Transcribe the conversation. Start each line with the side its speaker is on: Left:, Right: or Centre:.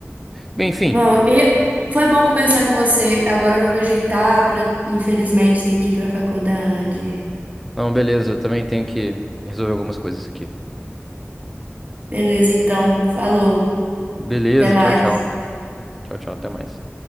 Centre: bem, enfim.
Right: Bom, e foi bom conversar com você. Agora eu vou me ajeitar para, infelizmente, ter que ir para a faculdade.
Centre: Não, beleza, eu também tenho que resolver algumas coisas aqui.
Right: Beleza, então, falou.
Centre: Beleza,
Right: Até mais.
Centre: tchau, tchau. Tchau, tchau, até mais.